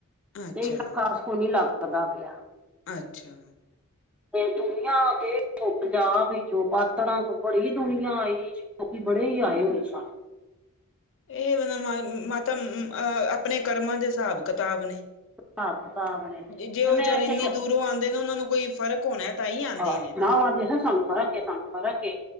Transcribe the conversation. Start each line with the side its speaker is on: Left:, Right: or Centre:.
Left: ਅੱਛਾ,
Centre: ਤੇ ਇੰਨਾ ਖਾਸ ਕੋ ਨੀ ਲੱਗਦਾ ਪਿਆ।
Left: ਅੱਛਾ।
Centre: ਤੇ ਦੁਨੀਆਂ ਦੇ ਪੰਜਾਬ ਵਿੱਚੋਂ, ਪਾਤੜਾਂ ਤੋਂ ਬੜੀ ਦੁਨੀਆਂ ਆਈ। ਲੋਕੀ ਬੜੇ ਹੀ ਆਏ ਹੋਏ ਸਨ।
Left: ਇਹ ਮ ਮ ਮਾਤਾ, ਅਹ ਆਪਣੇ ਕਰਮਾਂ ਦੇ ਹਿਸਾਬ ਕਿਤਾਬ ਨੇ।
Centre: ਹਿਸਾਬ ਕਿਤਾਬ ਨੇ
Left: ਜੇ
Centre: ਤੇ
Left: ਓ
Centre: ਮੈਂ
Left: ਵਿਚਾਰੇ
Centre: ਇੱਥੇ
Left: ਇੰਨੀ ਦੂਰੋਂ ਆਂਦੇ ਨੇ ਓਨਾਂ ਨੂੰ ਕੋਈ ਫ਼ਰਕ ਹੋਨੈ ਤਾਂਈਂ ਆਂਦੇ
Centre: ਆਹ
Left: ਨੇ ਨਾ।
Centre: ਉਹ ਆਂਦੀ ਸੀ ਸਾਨੂੰ ਫਰਕ ਏ ਸਾਨੂੰ ਫਰਕ ਏ,